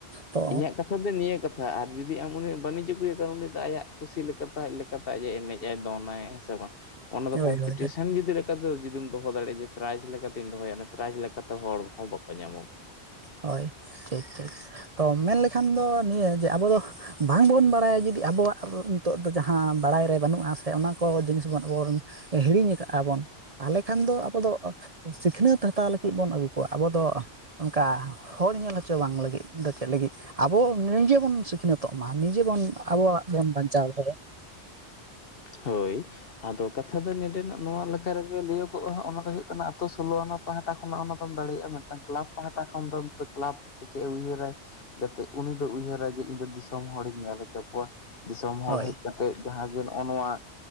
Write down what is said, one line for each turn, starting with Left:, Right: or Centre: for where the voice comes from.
Right: ᱛᱚ
Left: ᱤᱧᱟᱜ ᱠᱟᱛᱷᱟ ᱫᱚ ᱱᱤᱭᱟᱹ ᱠᱟᱛᱷᱟ ᱟᱨ ᱡᱩᱫᱤ ᱟᱢ ᱩᱱᱤᱢ ᱵᱟᱹᱱᱤᱡᱽ ᱟᱹᱜᱩᱭᱮ ᱠᱟᱱ ᱩᱱᱤ ᱫᱚ ᱟᱭᱟᱜ ᱠᱩᱥᱤ ᱞᱮᱠᱟᱛᱮ ᱟᱡ ᱞᱮᱠᱟᱛᱮ ᱟᱡ ᱮ ᱮᱱᱮᱡᱟᱭ ᱫᱚᱱᱟᱭ ᱦᱮᱸ ᱥᱮ ᱵᱟᱝ? ᱚᱱᱟ ᱫᱚ
Right: ᱦᱳᱭ
Left: ᱠᱚᱢᱯᱤᱴᱤᱥᱮᱱ
Right: ᱦᱳᱭ
Left: ᱡᱩᱫᱤ ᱞᱮᱠᱟᱛᱮ ᱡᱩᱫᱤᱢ ᱫᱚᱦᱚ ᱫᱟᱲᱮᱭᱟᱜ ᱡᱮ ᱯᱨᱟᱭᱤᱡᱽ ᱞᱮᱠᱟᱛᱮᱧ ᱫᱚᱦᱚᱭᱟ ᱯᱨᱟᱭᱤᱡ ᱞᱮᱠᱟᱛᱮ ᱦᱚᱲ ᱦᱚᱸ ᱵᱟᱠᱚ ᱧᱟᱢᱚᱜ-ᱟ,
Right: ᱦᱳᱭ ᱴᱷᱤᱠ ᱴᱷᱤᱠ ᱛᱚ ᱢᱮᱱ ᱞᱮᱠᱷᱟᱱ ᱫᱚ ᱱᱤᱭᱟᱹ ᱡᱮ ᱟᱵᱚ ᱫᱚ ᱵᱟᱝ ᱵᱚᱱ ᱵᱟᱲᱟᱭᱟ ᱡᱩᱫᱤ ᱟᱵᱚᱣᱟᱜ ᱱᱤᱛᱚᱜ ᱫᱚ ᱡᱟᱦᱟᱸ ᱵᱟᱲᱟᱭ ᱨᱮ ᱵᱟᱹᱱᱩᱜᱼᱟ ᱥᱮ ᱚᱱᱟ ᱠᱚ ᱡᱤᱱᱤᱥ ᱵᱚᱱ ᱚᱨ ᱦᱤᱲᱤᱧ ᱠᱟᱜᱼᱟ ᱵᱚᱱ ᱛᱟᱦᱚᱞᱮ ᱠᱷᱟᱱ ᱫᱚ ᱟᱵᱚ ᱫᱚ ᱥᱤᱠᱷᱱᱟᱹᱛ ᱦᱟᱛᱟᱣ ᱞᱟᱹᱜᱤᱫ ᱵᱚᱱ ᱟᱹᱜᱩ ᱠᱚᱣᱟ᱾ᱟᱵᱚ ᱫᱚ ᱚᱱᱠᱟ ᱦᱚᱲ ᱧᱮᱞ ᱦᱚᱪᱚ ᱵᱟᱝ ᱞᱟᱹᱜᱤᱫ ᱫᱚ ᱪᱮᱫ ᱞᱟᱹᱜᱤᱫ? ᱟᱵᱚ ᱱᱤᱡᱮ ᱵᱚᱱ ᱥᱤᱠᱷᱱᱟᱹᱛ ᱚᱜ ᱢᱟ ᱱᱤᱡᱮ ᱵᱚᱱ ᱟᱵᱚᱣᱟᱜ ᱵᱚᱱ ᱵᱟᱧᱪᱟᱣ ᱫᱟᱲᱮ
Left: ᱦᱳᱭ ᱟᱫᱚ ᱠᱟᱛᱷᱟ ᱫᱚ ᱱᱮᱰᱮᱱᱟᱜ ᱱᱚᱣᱟ ᱞᱮᱠᱷᱟ ᱨᱮᱜᱮ ᱞᱟᱹᱭᱚᱜᱼᱟ ᱦᱟᱸᱜ ᱚᱱᱟ ᱫᱚ ᱦᱩᱭᱩᱜ ᱠᱟᱱᱟ ᱟᱛᱳ ᱥᱳᱞᱳ ᱟᱱᱟ ᱯᱟᱦᱟᱴᱟ ᱠᱷᱚᱱᱟᱜ ᱚᱱᱟ ᱫᱚᱢ ᱫᱟᱲᱮᱭᱟᱜᱼᱟ ᱢᱤᱫᱴᱟᱝ ᱠᱨᱞᱟᱵᱽ ᱯᱟᱦᱴᱟ ᱠᱷᱚᱱ ᱫᱚ ᱠᱮᱞᱟᱵᱽ ᱫᱚ ᱪᱮᱫ ᱩᱭᱦᱟᱹᱨᱟᱭ ᱡᱟᱛᱮ ᱩᱱᱤ ᱫᱚ ᱩᱭᱦᱟᱹᱨᱟᱭ ᱡᱮ ᱤᱧ ᱫᱚ ᱫᱤᱥᱚᱢ ᱦᱚᱲᱤᱧ ᱧᱮᱞ ᱦᱚᱪᱚ ᱠᱚᱣᱟ, ᱫᱤᱥᱚᱢ ᱦᱚᱲ
Right: ᱦᱳᱭ
Left: ᱦᱮᱡ ᱠᱟᱛᱮᱜ ᱡᱟᱦᱟᱸ ᱜᱮ ᱱᱚᱜ-ᱚᱭ ᱱᱚᱣᱟ